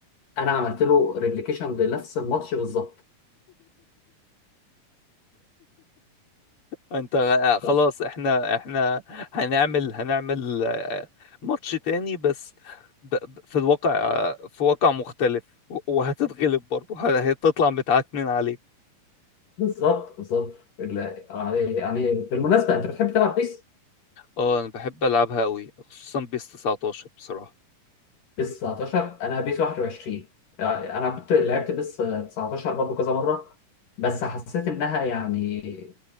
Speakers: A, on the left; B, on the left.
A: انا عملت له ريبليكيشن لنفس الماتش بالظبط
B: انت غ-
A: طب.
B: خلاص احنا احنا هنعمل هنعمل آه، ماتش تاني بس ب- ب- في الواقع آه، في واقع مختلف و- وهتتغلب برضه ه- هتطلع متعكنين عليك
A: بالظبط بالظبط لا، يعني يعني بالمناسبة انت بتحب تلعب بيس؟
B: اه انا بحب العبها قوي خصوصا بيس 19 بصراحة
A: بيس 19 انا بيس 21 يعني انا كنت لعبت بيس 19 برضه كذا مره بس حسيت انها يعني